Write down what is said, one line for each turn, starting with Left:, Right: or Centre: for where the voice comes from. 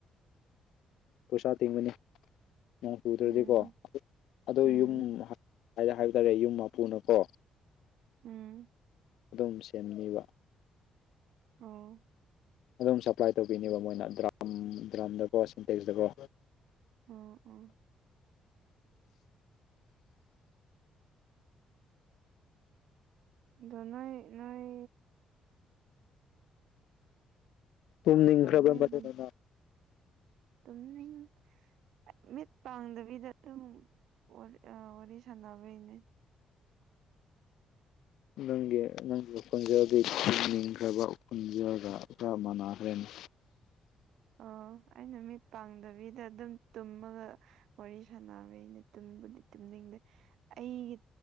Left: ꯄꯩꯁꯥ ꯇꯤꯡꯕꯅꯤ ꯅꯣꯡ ꯆꯨꯗ꯭ꯔꯗꯤꯀꯣ
Right: ꯎꯝ
Left: ꯑꯗꯨꯒꯤ
Right: ꯎꯝ
Left: ꯌꯨꯝ ꯍꯥꯏꯗ ꯍꯥꯏꯕ ꯇꯥꯔꯦ ꯌꯨꯝ ꯃꯄꯨꯅꯀꯣ
Right: ꯎꯝ
Left: ꯑꯗꯨꯝ ꯁꯦꯝꯅꯤꯕ
Right: ꯑꯥꯎ
Left: ꯑꯗꯨꯝ ꯁꯞꯄ꯭ꯂꯥꯏ ꯇꯧꯕꯤꯅꯦꯕ ꯃꯣꯏꯅ ꯗ꯭ꯔꯥꯝ ꯗ꯭ꯔꯥꯝꯗꯀꯣ ꯁꯤꯟꯇꯦꯛꯁꯇꯀꯣ
Right: ꯑꯣ ꯑꯣ ꯗꯨ ꯅꯣꯏ ꯅꯣꯏ
Left: ꯇꯨꯝꯅꯤꯡꯈ꯭ꯔꯕ
Right: ꯅꯣꯏꯒꯤ
Left: <unintelligible>
Right: ꯇꯨꯝꯅꯤꯡ ꯑ ꯃꯤꯠ ꯄꯥꯡꯗꯕꯤꯗ ꯑꯗꯨꯝ ꯋꯥꯔꯤ ꯑꯥ ꯋꯥꯔꯤ ꯁꯥꯟꯅꯕꯩꯅꯦ
Left: ꯅꯪꯒꯤ
Right: ꯑꯣ
Left: ꯅꯪꯒꯤ ꯈ‌ꯣꯟꯖꯦꯜꯗꯤ <unintelligible> ꯅꯤꯡꯈ꯭ꯔꯕ ꯈ‌ꯣꯟꯖꯦꯜꯗ ꯈꯥꯔ ꯃꯥꯅꯈ꯭ꯔꯦꯅꯦ
Right: ꯑꯣ ꯑꯩꯅ ꯃꯤꯠ ꯄꯥꯡꯗꯕꯤꯗ ꯑꯗꯨꯝ ꯇꯨꯝꯃꯒ ꯋꯥꯔꯤ ꯁꯥꯟꯅꯕꯩꯅꯦ ꯇꯨꯝꯕꯨꯗꯤ ꯇꯨꯝꯅꯤꯡꯗꯦ ꯑꯩꯒ